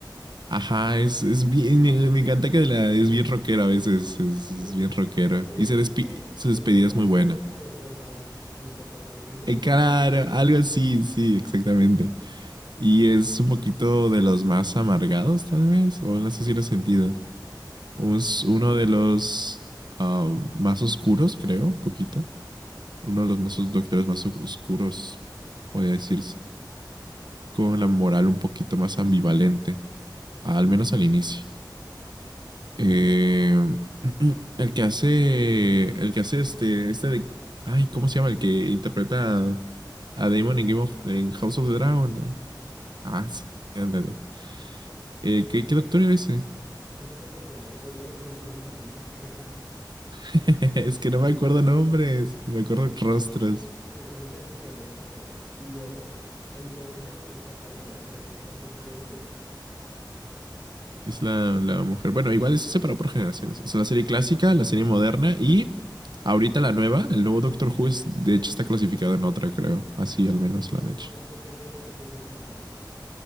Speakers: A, on the right; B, on the left.
A: Ajá, es, es bien, me, encanta que la, es bien rockero a veces, es,
B: Sí,
A: es bien rockero.
B: ¿sabes qué?
A: Y se despi-
B: Que
A: su despedida
B: él me parece
A: es muy buena.
B: como a Doctor House en cuanto a la apariencia.
A: El cara, algo así, sí, exactamente. Y es un poquito de los más amargados, tal vez, o no sé si lo he sentido. Es uno de los ah, más oscuros, creo, un poquito. Uno de los más os- doctores más os- oscuros, podría decirse. Con la moral un poquito más ambivalente, al menos al inicio. Eh, <clears throat> el que hace. El que hace este. Este de. Ay, ¿cómo se llama? El que interpreta a, a Damon en, Game of, en House
B: Matt
A: of
B: Smith,
A: the Dragon. Ah, sí, ándale. Eh, ¿qué, qué doctor era ese?
B: ese es el onceavo. Oye, eh, tú preguntándome a mí. <laughs>
A: <laughs> es que no me acuerdo nombres, me acuerdo rostros.
B: Sí, ese es el onceavo doctor. Y luego, el 12 sí es Capaldi, la 13 creo que es Jodie.
A: Es la, la mujer. Bueno, igual eso se separó por generaciones. O sea, la serie clásica, la serie moderna y ahorita la nueva, el nuevo Doctor Who, es, de hecho está clasificado en otra, creo. Así
B: Sí,
A: al menos
B: eh,
A: la han hecho.
B: eh, porque es BBC con Disney Plus.